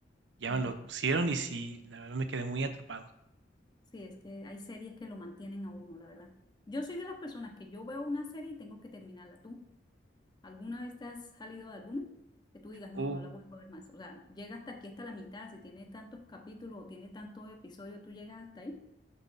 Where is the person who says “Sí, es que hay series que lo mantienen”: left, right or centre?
Left